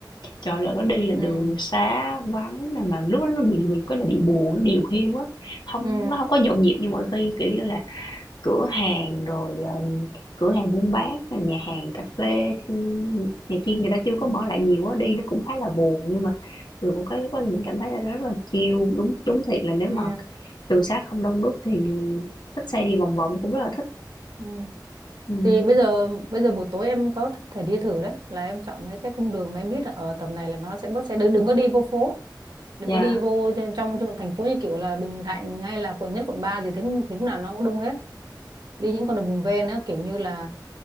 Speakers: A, on the left (about 80°); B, on the right (about 70°).
A: Trời, là nó đi là
B: ừ
A: đường xá vắng này mà lúc đó nó bị bị cái là bị buồn, nó điều hiu á, không
B: ừ
A: nó không có nhộn nhịp như mọi khi, kiểu như là, cửa hàng rồi, ờ, cửa hàng buôn bán, rồi nhà hàng cà phê, ừ, này kia người ta chưa có
B: ừ
A: mở lại nhiều á, đi nó cũng khá là buồn. Nhưng mà được một cái lúc đó thì mình cảm thấy là nó rất là chill, đúng đúng thiệt là nếu
B: ừ
A: mà đường xá không đông đúc thì xách xe đi vòng vòng cũng rất là thích.
B: ừ.
A: Ừm,
B: thì bây giờ bây giờ buổi tối em có thể đi thử đấy là em chọn mấy cái cung đường mà em biết là ở tầm này là nó sẽ bớt xe đừng, đừng có đi vô phố đừng
A: dạ,
B: có đi vô trên- trong, trong thành phố như kiểu là Bình Thạnh hay là quận nhất quận ba gì thế thì lúc nào nó cũng đông hết đi những con đường vùng ven á kiểu như là